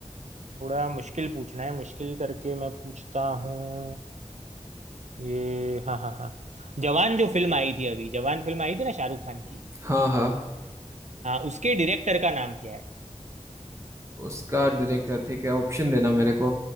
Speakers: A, on the right; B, on the right.
A: थोड़ा मुश्किल पूछना है मुश्किल करके मैं पूछता हूँ ये हाँ हाँ हाँ जवान जो फिल्म आई थी अभी जवान फिल्म आई थी ना शाहरुख खान की
B: हाँ हाँ
A: हाँ उसके डायरेक्टर का नाम क्या है
B: उसका डायरेक्टर ठीक है ऑप्शन देना मेरे को